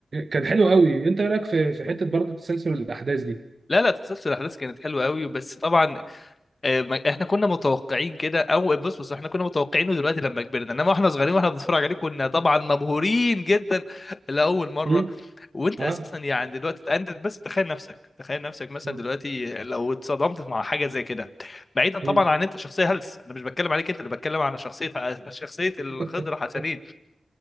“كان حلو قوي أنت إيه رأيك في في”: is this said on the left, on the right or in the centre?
Right